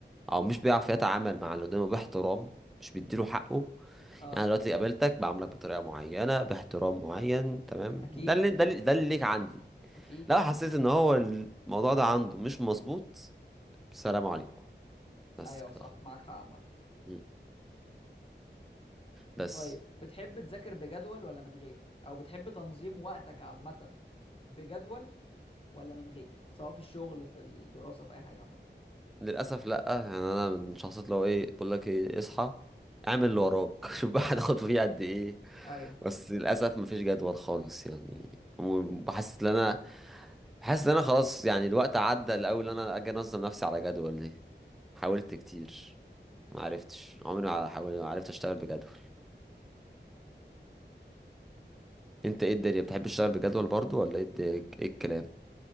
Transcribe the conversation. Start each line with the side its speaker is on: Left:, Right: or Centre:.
Centre: او مش بيعرف يتعامل مع اللي قدامه باحترام مش بيديله حقه
Left: اه
Centre: يعني دلوقتي قابلتك بعاملك بطريقة معينة باحترام معين تمام
Left: اكيد
Centre: ده اللي ده اللي ده اللي ليك عندي
Left: اكيد
Centre: لو حسيت ان هو الموضوع ده عنده مش مظبوط سلام عليكم بس
Left: ايوه
Centre: كده.
Left: صح معاك حق عامه
Centre: م. بس
Left: طيب بتحب تذاكر بجدول ولا من غير او بتحب تنظيم وقتك عامه بجدول ولا من غير سواء في الشغل في الدراسه في اي حاجه عامه
Centre: للاسف لا يعني انا من شخصيات لو ايه بقول لك ايه اصحى اعمل اللي وراك <laughs> شوف بقى هتاخد فيه قد ايه
Left: ايوه
Centre: بس للاسف مفيش جدول خالص يعني وبحس ان انا بحس ان انا خلاص يعني الوقت عدى الاول ان انا اجي انظم نفسي على جدول دي حاولت كتير ما عرفتش عمري ما حاولت ما عرفت اشتغل بجدول انت ايه الدنيا بتحب تشتغل بجدول برضو ولا ايه الد- ايه الكلام